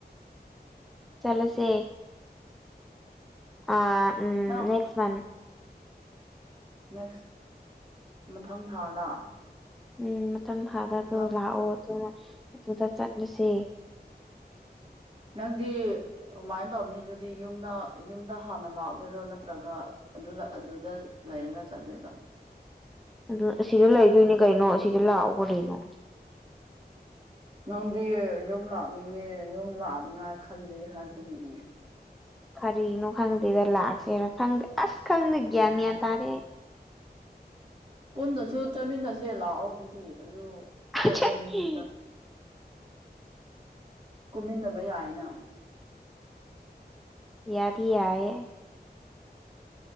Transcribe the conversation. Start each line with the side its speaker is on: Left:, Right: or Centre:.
Centre: ꯆꯠꯂꯁꯦ ꯑ ꯎꯝ
Right: ꯅꯪ
Centre: ꯅꯦꯛꯁ ꯃꯟ
Right: ꯅꯦꯛꯁ ꯃꯊꯪ ꯊꯥꯗ
Centre: ꯎꯝ ꯃꯊꯪ ꯊꯥꯗ ꯑꯗꯨꯣ
Right: ꯃꯊꯪ
Centre: ꯂꯥꯛꯑꯣ ꯑꯗꯨ ꯑꯗꯨꯗ ꯆꯠꯂꯨꯁꯦ
Right: ꯅꯪꯗꯤ ꯀꯃꯥꯏꯅ ꯇꯧꯅꯤ ꯑꯗꯨꯗꯤ ꯌꯨꯝꯗ ꯌꯨꯝꯗ ꯍꯥꯟꯅ ꯂꯥꯛꯑꯗꯣꯏꯔꯣ ꯅꯠꯇ꯭ꯔꯒ ꯑꯗꯨ ꯑꯗꯨꯗ ꯂꯩꯥꯏꯔꯒ ꯆꯠꯇꯣꯢꯕ
Centre: ꯑꯗꯨ ꯑꯁꯤꯗ ꯂꯩꯗꯣꯏꯅꯦ ꯀꯩꯅꯣ ꯑꯁꯤꯗ ꯂꯥꯛꯑꯣ ꯀꯔꯤꯅꯣ
Right: ꯅꯪꯗꯤ ꯌꯨꯝ ꯂꯥꯛꯅꯤꯡꯉ ꯌꯨꯝ ꯂꯥꯛꯅꯤꯉꯥꯏ ꯈꯜꯂꯦ ꯍꯥꯏꯕꯒꯤꯅꯤ
Centre: ꯀꯔꯤꯅꯣ ꯈꯪꯗꯦꯗ ꯂꯥꯛꯁꯦꯅ ꯈꯪꯗꯦ ꯑꯁ ꯈꯪꯗꯦ ꯒ꯭ꯌꯥꯟ ꯃꯦꯟ ꯇꯥꯗꯦ ꯑꯩ
Right: ꯄꯨꯟꯅꯁꯨ ꯆꯠꯃꯤꯟꯅꯁꯦ ꯂꯥꯛꯑꯣ ꯑꯗꯨꯗꯤ ꯑꯗꯨ ꯀꯣꯏꯕ
Centre: ꯑꯩ
Right: ꯅꯨꯃꯤꯠꯇ ꯀꯨꯝꯃꯤꯟꯅꯕ ꯌꯥꯏꯅ
Centre: ꯌꯥꯗꯤ ꯌꯥꯢꯌꯦ